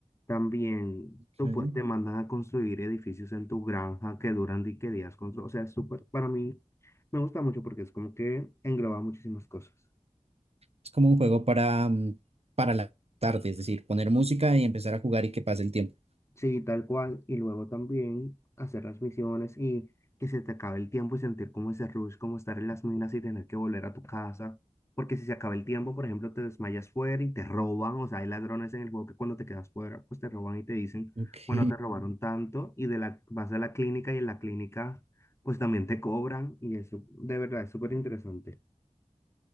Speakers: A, on the left; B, on the right.
A: También tú
B: sí.
A: pu- te mandan a construir edificios en tu granja que duran di que días constru- O sea, es súper, para mí me gusta mucho porque es como que engloba muchísimas cosas.
B: Es como un juego para, mm, para la tarde, es decir, poner música y empezar a jugar y que pase el tiempo.
A: Sí, tal cual. Y luego también hacer las misiones y que se te acabe el tiempo y sentir como ese rush, como estar en las minas y tener que volver a tu casa. Porque si se acaba el tiempo, por ejemplo, te desmayas fuera y te roban. O sea, hay ladrones en el juego que cuando te quedas fuera, pues te roban y te dicen,
B: Ok.
A: bueno, te robaron tanto. Y de la, vas a la clínica y en la clínica, pues también te cobran. Y eso, de verdad, es súper interesante.